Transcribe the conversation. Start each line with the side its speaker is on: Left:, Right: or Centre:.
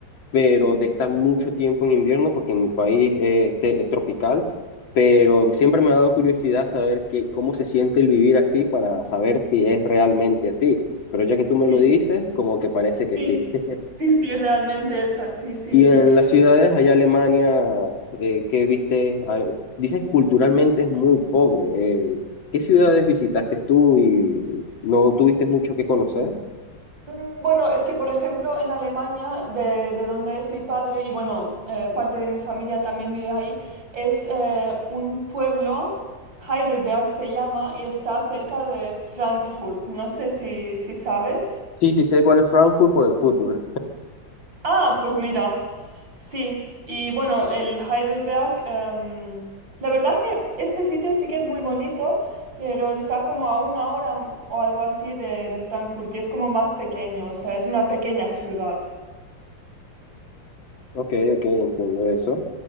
Left: pero de estar mucho tiempo en invierno porque en mi país eh, este, es, tropical, pero siempre me ha dado curiosidad saber que, cómo se siente el vivir así para saber si es realmente así. Pero ya que tú
Right: Sí,
Left: me lo dices, como que parece que
Right: sí,
Left: sí. <laughs>
Right: sí, sí, realmente es así, sí,
Left: Y
Right: sí.
Left: en las ciudades allá en Alemania, eh, ¿qué viste? Ah, Dices que culturalmente es muy pobre. eh, ¿qué ciudades visitaste tú y no tuviste mucho que conocer?
Right: Mm, Bueno, es que por ejemplo en Alemania, de, de donde es mi padre y bueno, eh, parte de mi familia también vive ahí, es eh, un pueblo, Heidelberg se llama, y está cerca de Frankfurt. No sé si, si sabes.
Left: Sí, sí sé cuál es Frankfurt por el fútbol.
Right: Ah, pues mira, sí. Y bueno, el Heidelberg, em, la verdad que este sitio sí que es muy bonito, pero está como a una hora mm, o algo así de, de Frankfurt y es como más pequeño, o sea, es una pequeña ciudad.
Left: Ok, ok, entiendo eso.